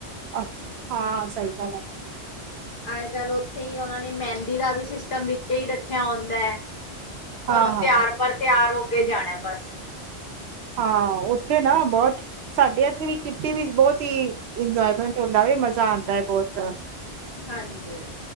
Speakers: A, on the right; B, on the left.
A: ਅੱਛਾ, ਹਾਂ ਸਹੀ ਗੱਲ ਐ
B: ਅੱਜ- ਕੱਲ ਉੱਥੇ ਹੀ ਉਹਨਾਂ ਨੇ ਮਹਿੰਦੀ ਦਾ ਵੀ ਸਿਸਟਮ ਵਿੱਚ ਹੀ ਰੱਖਿਆ ਹੁੰਦਾ ਐ।
A: ਹਾਂ
B: ਘਰੋਂ
A: ਹਾਂ
B: ਤਿਆਰ -ਪਰ ਤਿਆਰ ਹੋ ਕੇ ਜਾਣਾ ਬਸ।
A: ਹਾਂ ਓਥੇ ਨਾ ਬਹੁਤ ਸਾਡੇ ਇੱਥੇ ਵੀ ਕਿੱਟੀ ਵਿੱਚ ਬਹੁਤ ਹੀ, ਇੰਜੋਏਮੈਂਟ ਹੁੰਦਾ ਵੀ ਮਜ਼ਾ ਆਂਦਾ ਐ ਬਹੁਤ
B: ਹਾਂਜੀ